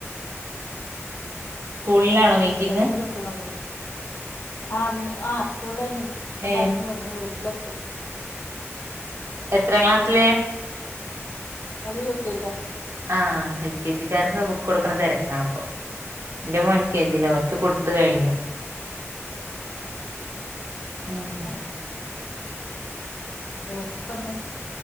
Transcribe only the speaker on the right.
സ്കൂളിലാണോ
മീറ്റിംഗ്
ഏ
എത്രാം ക്ലാസ്സില്?
ആ, എൽ. കെ ജിക്കാർക്കെക്കെ ബുകൊടുക്ക്ണ തിരക്കാണ്പ്പൊ. ന്റെ മോൻ
എൽ. കേ
ജിലാ, ഓൻക്ക് കൊടുത്ത് കഴിഞ്ഞു. ഉം